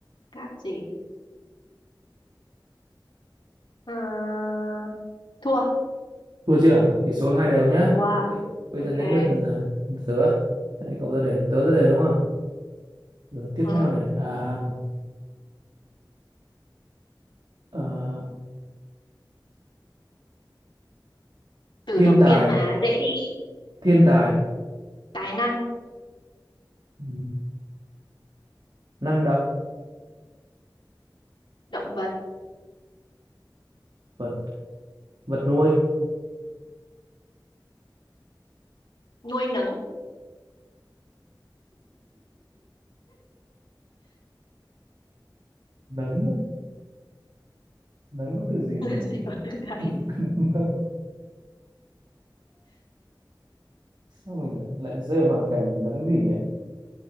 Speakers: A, on the left (about 80°); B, on the right (about 60°).
A: gáp gì à, thua
B: thua chưa tỷ số là hai đều nhá
A: Wow,
B: bây, bây
A: ok.
B: giờ đến lượt à, lượt tớ Đấy, cậu ra đề tớ ra đề đúng không rồi tiếp
A: Ừ.
B: theo này à, à,
A: Từ
B: thiên
A: đầu tiên
B: tài
A: mà dễ đi.
B: thiên tài
A: Tài năng,
B: ừ, năng động
A: động vật,
B: vật vật nuôi
A: nuôi nấng
B: nấng nấng có từ gì nhỉ
A: <laughs> là gì có từ đấy.
B: <laughs> sao mình lại rơi vào hoàn cảnh là nấng gì nhỉ